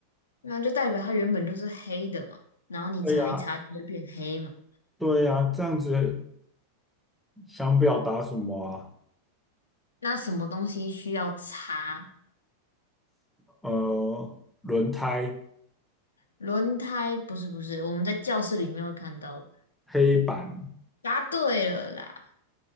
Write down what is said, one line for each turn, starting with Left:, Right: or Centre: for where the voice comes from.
Left: 那就代表它原本就是黑的嘛，然后你擦一擦就会变黑嘛。
Centre: 对呀，对呀，这样子想表达什么啊？
Left: 那什么东西需要擦？
Centre: 呃，轮胎、
Left: 轮胎不是不是，我们在教室里面会看到的。
Centre: 黑板，
Left: 答对了啦，